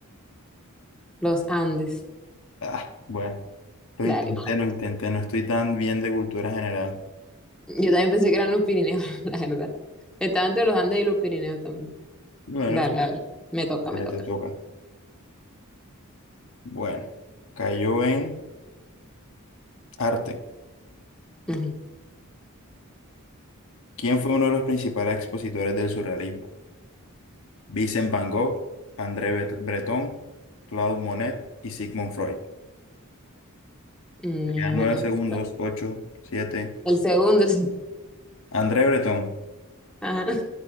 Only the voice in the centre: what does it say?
Los Andes.
Dale,
pues.
Yo también pensé que eran los Pirineos, <laughs> la verdad. Estaba entre los Andes y los Pirineos también.
Dale,
a ver. Me toca,
me toca.
Ujú.
Mierda.
El segundo. <laughs> el- se-
Ajá.